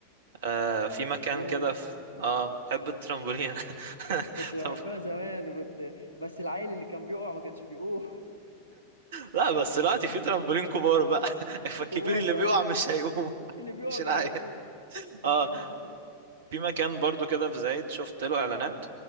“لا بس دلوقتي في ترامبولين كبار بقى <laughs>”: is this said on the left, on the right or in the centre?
Right